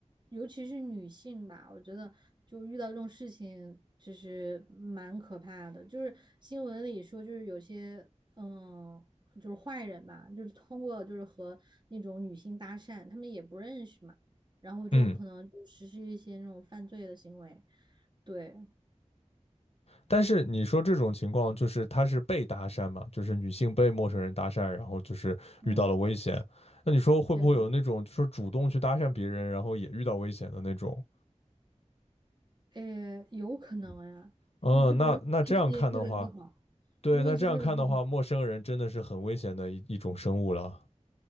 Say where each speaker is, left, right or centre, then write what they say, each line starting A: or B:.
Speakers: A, on the right; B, on the left.
A: 尤其是女性吧，我觉得就遇到这种事情其实蛮可怕的。就是新闻里说，就是有些嗯，就是坏人吧，就是通过就是和那种女性搭讪，他们也不认识嘛，然后就可能就实施一些那种犯罪的行为。
B: 嗯。
A: 对，
B: 但是你说这种情况，就是他是被搭讪嘛，就是女性被陌生人搭讪，然后就是遇到了危险。
A: 嗯，
B: 那你说会不会有那种，
A: 对。
B: 就是主动去搭讪别人，然后也遇到危险的那种？
A: 呃，有可能呀，
B: 嗯，
A: 你就比如你运气特别不好，
B: 那那这样看的话，对，
A: 你运气特别不好，
B: 那这样看的话，陌生人真的是很危险的一一种生物了。